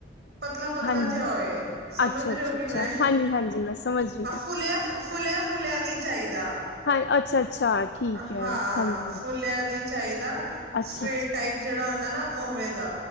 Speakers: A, on the right; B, on the left.
A: ਪਤਲਾ-ਪਤਲਾ
B: ਹਾਂਜੀ
A: ਜੇਯਾ ਓਏ ਸਮਝ
B: ਅੱਛਾ
A: ਰਹੇ
B: ਅੱਛਾ
A: ਔ ਕਿ
B: ਅੱਛਾ
A: ਮੈਂ
B: ਹਾਂਜੀ ਹਾਂਜੀ ਮੈਂ ਸਮਝ ਗਈ
A: ਫੁੱਲਯਾ, ਫੁੱਲਿਆ, ਫੁੱਲਿਆ ਨੀ ਚਾਈਦਾ।
B: ਹਾਂ ਅੱਛਾ ਅੱਛਾ ਠੀਕ ਹੈ
A: ਹਾਂ
B: ਹਾਂਜੀ ਹਾਂਜੀ
A: ਫੁਲਿਆ ਨੀ ਚਾਈਦਾ
B: ਅੱਛਾ
A: ਸਟ੍ਰੇਟ
B: ਅੱਛਾ
A: ਟਾਈਪ ਜੇੜਾ ਹੁੰਦਾ ਨਾ ਓਵੇਂ ਦਾ